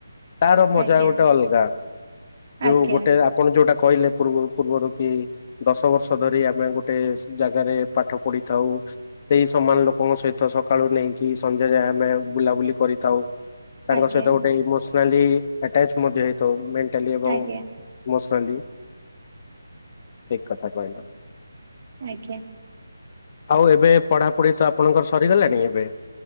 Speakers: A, on the left (about 35°); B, on the right (about 45°).
A: ତାର ମଜା
B: ଆଜ୍ଞା
A: ଗୋଟେ ଅଲଗା। ଯୋଉ
B: ଆଜ୍ଞା
A: ଗୋଟେ ଆପଣ ଯୋଉଟା କଇଲେ ପୂର୍ବରୁ ପୂର୍ବରୁ କି ଦଶ ବର୍ଷ ଧରି ଆମେ ଗୋଟେ ଜାଗାରେ ପାଠ ପଢିଥାଉ ସେଇ ସମାନ ଲୋକଙ୍କ ସହିତ ସକାଳୁ ନେଇକି ସନ୍ଧ୍ୟା ଯାଏ ଆମେ ବୁଲାବୁଲି କରିଥାଉ। ତାଙ୍କ
B: ଆଜ୍ଞା
A: ସହିତ ଗୋଟେଇ ଇମୋସ୍ ସ୍ନାଲି ଆଟାଚ ମଧ୍ୟ ହେଇଥାଉ। ମେ ଣ୍ଟାଲ ଏବଂ
B: ଆଜ୍ଞା
A: ଇମୋସନାଲି ଠିକ କଥା କହିଲ।
B: ଆଜ୍ଞା।
A: ଆଉ ଏବେ ପଢାପୁଢି ତ ଆପଣଙ୍କର ସରିଗଲାଣି ଏବେ?